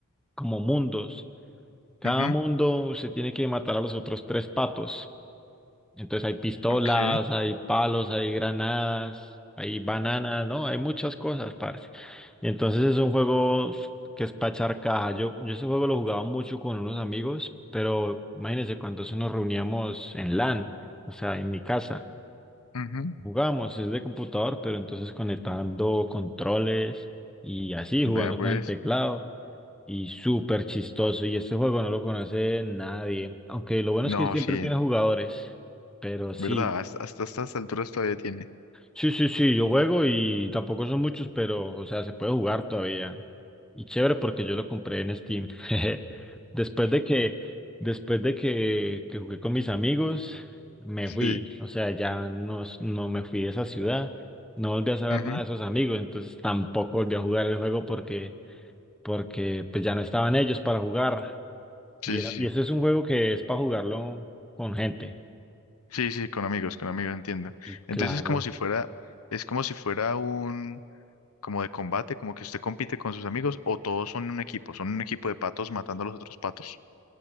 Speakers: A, in the centre; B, on the left.
A: como mundos. Cada
B: Ujú,
A: mundo se tiene que matar a los otros tres patos. Entonces hay pistolas,
B: ok,
A: hay palos, hay granadas, hay bananas, ¿no? Hay muchas cosas, parce. Y entonces es un juego que es para echar caja. Yo, yo ese juego lo jugaba mucho con unos amigos, pero imagínense cuando eso nos reuníamos en LAN, o sea, en mi casa.
B: ujú.
A: Jugábamos, es de computador, pero entonces conectando controles y así,
B: Vea
A: jugando
B: pues.
A: con el teclado. Y súper chistoso. Y este juego no lo conoce nadie. Aunque lo bueno es
B: No,
A: que siempre
B: sí,
A: tiene jugadores. Pero sí.
B: ¿verdad? Hasta, hasta estas alturas todavía tiene.
A: Sí, sí, sí, yo juego y tampoco son muchos, pero, o sea, se puede jugar todavía. Y chévere porque yo lo compré en Steam. <laughs> Después de que, después de que, que jugué con mis amigos, me
B: Sí.
A: fui. O sea, ya no, no me fui de esa ciudad. No volví a saber
B: ujú,
A: nada de esos amigos, entonces tampoco volví a jugar el juego porque, porque pues ya no estaban ellos para jugar.
B: Sí,
A: Y, era-
B: sí,
A: y
B: sí.
A: ese es un juego que es para jugarlo con gente.
B: Sí, sí, con amigos, con amigos, entiendo.
A: Y claro.
B: Entonces es como si fuera, es como si fuera un, como de combate, como que usted compite con sus amigos o todos son un equipo, son un equipo de patos matando a los otros patos.